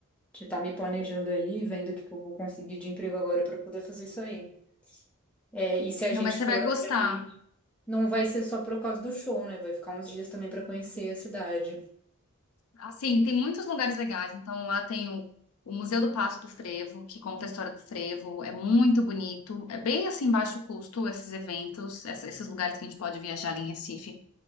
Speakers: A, in the centre; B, on the left.
A: de estar me planejando aí, vendo o que que eu vou conseguir de emprego agora para poder fazer isso aí. É, e se a
B: Não,
A: gente
B: mas você
A: for,
B: vai gostar.
A: obviamente, não vai ser só por causa do show, né? Vai ficar uns dias também para conhecer a cidade.
B: Assim, tem muitos lugares legais. Então lá tem o O Museu do Passo do Frevo, que conta a história do frevo, é muito bonito. É bem assim baixo custo esses eventos, essa- esses lugares que a gente pode viajar ali em Recife.